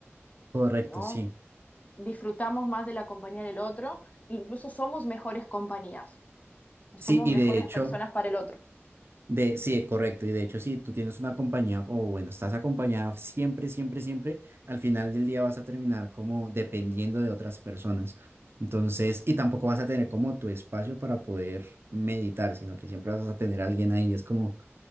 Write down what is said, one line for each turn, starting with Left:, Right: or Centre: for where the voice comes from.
Right: Correcto,
Left: ¿no?
Right: sí.
Left: Disfrutamos más de la compañía del otro, incluso somos mejores compañías, somos
Right: Sí, y
Left: mejores
Right: de hecho,
Left: personas para el otro.
Right: De, sí, correcto. Y de hecho, si tú tienes una compañía o bueno, estás acompañada siempre, siempre, siempre, al final del día vas a terminar como dependiendo de otras personas. Entonces, y tampoco vas a tener como tu espacio para poder meditar, sino que siempre vas a tener a alguien ahí. Es como,